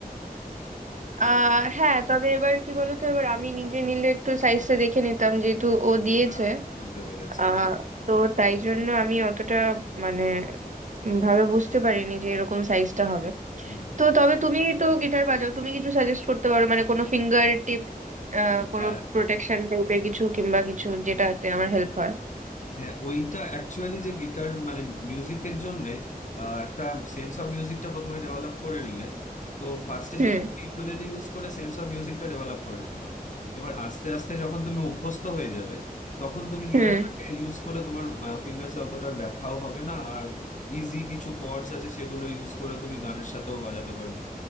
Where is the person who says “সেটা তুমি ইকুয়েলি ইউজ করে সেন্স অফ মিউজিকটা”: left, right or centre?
Left